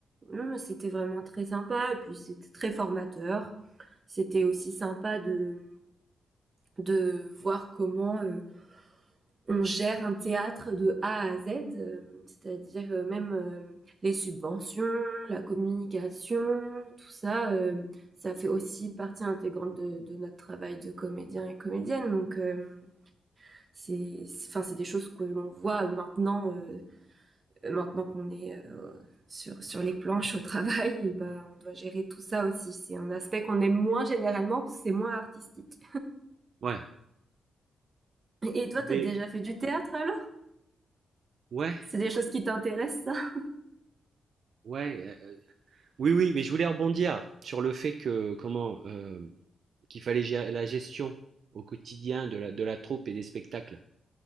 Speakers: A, on the right; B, on the right.
A: non, c'était vraiment très sympa. Et puis c'était très formateur. C'était aussi sympa de de voir comment euh, on gère un théâtre de A à Z, euh, c'est-à-dire euh, même euh, les subventions, la communication, tout ça, euh, ça fait aussi partie intégrante de, de, notre travail de comédien et comédienne. Donc euh, c'est, enfin c'est des choses que l'on voit maintenant euh, maintenant qu'on est euh, sur sur les planches au travail, et ben on doit gérer tout ça aussi. C'est un aspect qu'on aime moins généralement parce que c'est moins artistique.
B: Ouais,
A: Et toi, t'as
B: mais
A: déjà fait du théâtre alors
B: ouais,
A: C'est des choses qui t'intéressent, ça
B: ouais, heu, heu, oui, oui, mais je voulais rebondir sur le fait que comment, hem, qu'il fallait gérer la gestion au quotidien de la de la troupe et des spectacles.